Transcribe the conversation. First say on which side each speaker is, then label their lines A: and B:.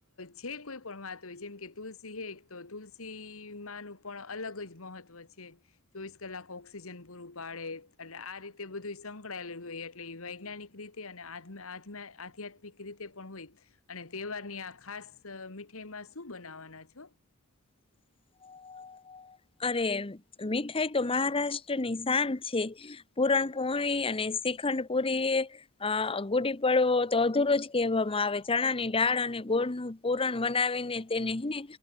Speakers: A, on the left; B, on the left.
A: જે કોઈ પણ વાત હોય જેમ કે તુલસી હે એક તો તુલસી. ન પણ અલગ જ મહત્વ છે, ચોવીસ કલાક ઓક્સિજન પૂરું. પાડે એટલે આ રીતે બધું સંકળાયેલું હોય એટલે એ વૈજ્ઞાનિક રીતે અને આધ્યાત્મિક રીતે પણ હોય અને તહેવાર ની આ ખાસ મીઠાઈમાં શું બનાવાના છો.
B: હા <inaudible> અરે મીઠાઈ તો મહારાષ્ટ્રની <unintelligible> છે, પૂરણપોળ અને. શ્રીખંડ પુરી ગુડી પડો તો અધરો જ કહેવામાં આવે ચણાની ડાળ અને. ગોળ નું પૂરણ બનાવીને તેનેને